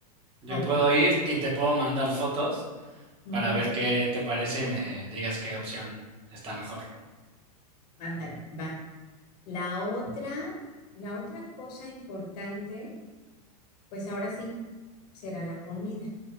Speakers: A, on the right; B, on the left.
A: Yo
B: Ok.
A: puedo ir y te puedo mandar fotos
B: ujú,
A: para ver qué te parece y me digas qué opción está mejor.
B: Ándale, va. La otra, la otra cosa importante, pues ahora sí, será la comida,